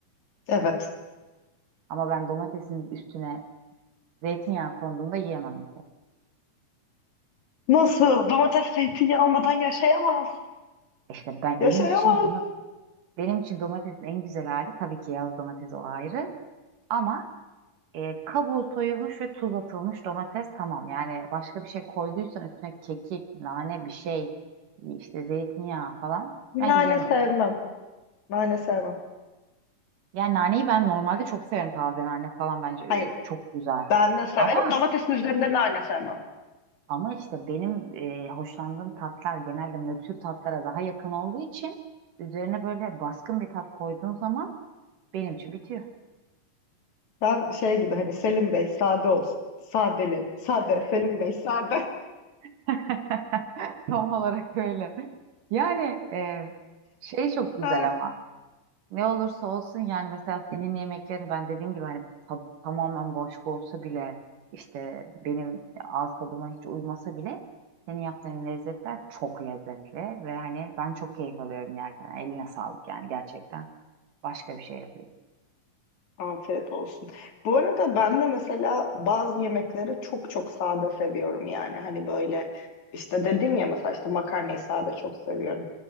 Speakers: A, on the left (about 60°); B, on the right (about 70°).
A: Evet.
B: Ama ben domatesin üstüne zeytinyağı konduğunda yiyemem mesela.
A: Nasıl? Domates zeytinyağı almadan yaşayamaz.
B: E İşte ben
A: Yaşayamaz.
B: benim için bunu- benim için domatesin en güzel hali tabii ki yağlı domates o ayrı. Ama e, kabuğu soyulmuş ve tuz atılmış domates tamam. Yani başka bir şey koyduysan üstüne kekik, nane bir şey işte zeytinyağı falan
A: Nane
B: ben yiyemem.
A: sevmem. Nane sevmem.
B: Yani naneyi ben normalde çok severim taze nane falan bence e,
A: Hayır,
B: çok güzel.
A: ben de severim.
B: Ama
A: Domatesin üzerinde nane sevmem.
B: ama işte benim e, hoşlandığım tatlar genelde nötr tatlara daha yakın olduğu için üzerine böyle baskın bir tat koyduğun zaman benim için bitiyor.
A: Ben şey gibi hani Selim Bey sade olsun. Sadeli. Sade. Selim Bey sade.
B: <laughs> Tam olarak öyle. Yani e, şey çok güzel
A: <laughs>
B: ama. Ne olursa olsun yani mesela senin yemeklerin ben dediğim gibi hani ta- tamamen başka olsa bile işte benim ağız tadıma hiç uymasa bile senin yaptığın lezzetler çok lezzetli ve hani ben çok keyif alıyorum yerken. Eline sağlık yani gerçekten başka bir şey yapıyor.
A: Afiyet olsun. Bu arada ben de mesela bazı yemekleri çok çok sade seviyorum yani. Hani böyle işte dedin ya mesela işte makarnayı sade çok seviyorum.